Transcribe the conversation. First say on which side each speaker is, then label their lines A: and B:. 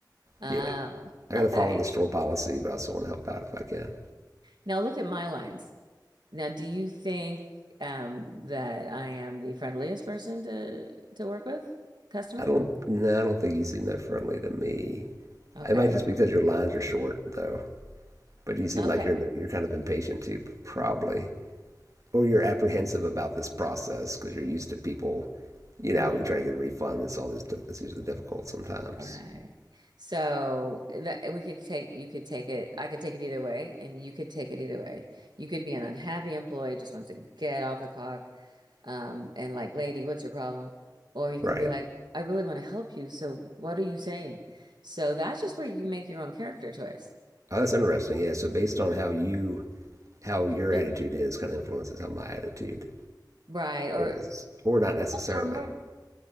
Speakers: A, on the right; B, on the right.
A: oh
B: you know, I got
A: okay
B: to follow the store policy, but I also want to help out if I can.
A: now look at my lines Now, do you think um that I am the friendliest person to to work with? Customer?
B: I don't, no, I don't think you seem that friendly to me.
A: Okay.
B: It might just because your lines are short, though. But you seem
A: Okay.
B: like you're you're kind of impatient too, probably, or you're apprehensive about this process because you're used to people. You know,
A: Mm-hmm.
B: when you try to get a refund, it's all this. diff- It's usually difficult sometimes.
A: Right. So that we could take you could take it I could take it either way and you could take it either way. You could be an unhappy employee just wants to get off the clock um and like, "Lady, what's your problem?" Or you
B: Right.
A: can be like, "I really want to help you, so what are you saying?" So that's just where you make your own character choice.
B: Oh, that's interesting. Yeah. So based on how you how your
A: Yeah.
B: attitude is, kind of influences how my attitude
A: Right. Or
B: is, or not necessarily.
A: or more